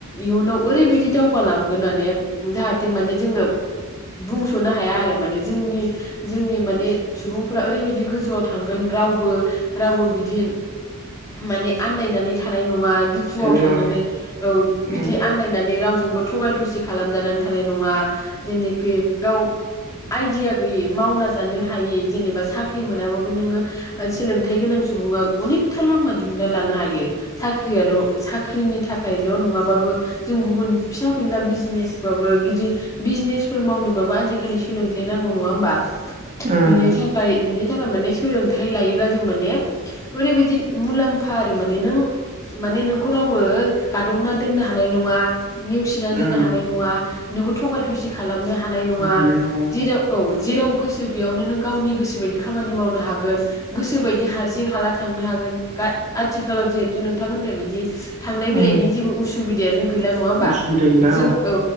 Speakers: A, on the left; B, on the right.
A: इयुनाव ओरैबायदि दावगालांगोन माने जाहाथे माने जोङो बुंसनो हाया आरो माने जोंनि जोंनि माने सुबुंफोरा ओरैबायदि गोजौआव थांगोन रावबो रावबो बिदि माने आन्दायनानै थानाय नङा। दुखुआव
B: हानाय
A: थांनांनाय
B: नङा
A: औ
B: उम
A: बिदि आन्दायनानै रावजोंबो थगाय थसिग खालामजानानै थानाय नङा जेनिखि गाव आइडिया गैयै मावना जानो हायै जेनेबा साख्रि मोनाबाबो नोङो ओ सोलोंथाइ गोनां सुबुङा अनेखथा लामा दिहुनना लानो हायो। साख्रियाल' साख साख्रिनि थाखायल नङाबाबो जों गुबुन फिसा फिनला बि बिजनेसबाबो गिदिर बिजनेसफोर मावनोबाबो आजिखालि सोलोंथाइ नांगौ नङा होम्बा।
B: उम
A: बिनि थाखाय बिनि <unintelligible> माने सोलोंथाइ लायोब्ला जों माने ओरैबायदि मुलाम्फा आरो माने नों माने नोंखौ रावबो गादबना दोननो हानाय नङा। नेवसिना
B: उम
A: दोना बा नोंखौ थगाय थसि खालामनो हानाय नङा
B: हानाय नङा
A: जेराव औ। जेराव गोसो बेयावनो नों गावनि गोसो बायदि खामानि मावनो हागोन गोसो बायदि हारसिं हाला थांनो हागोन। आथिखालाव जिहेथु नों नोंथांङा होननाय बायदि थांलाय फैलायनि
B: उम
A: जेबो उसु बिदायानो गैला नङा होमबा?
B: उसुबिदा गैला
A: जों औ